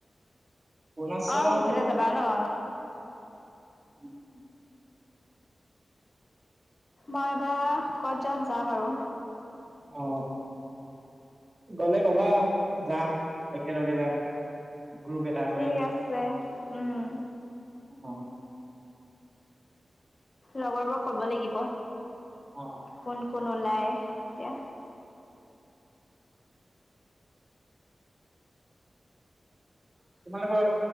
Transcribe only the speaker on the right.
অৰুণাচল
উম
অ গলে কবা যাম একেলগে যাম গ্ৰুপ এটা
হৈ
অও
অ
তোমালোকৰ,